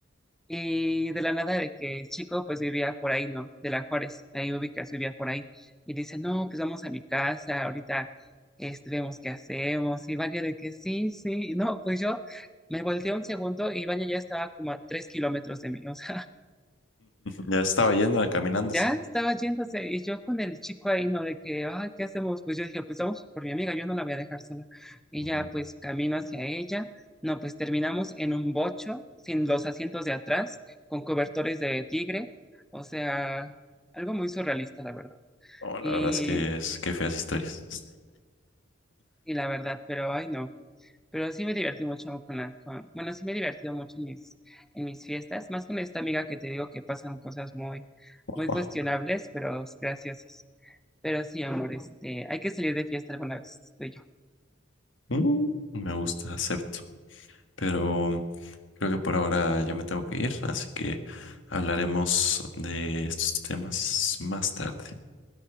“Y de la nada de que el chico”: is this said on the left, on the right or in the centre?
Centre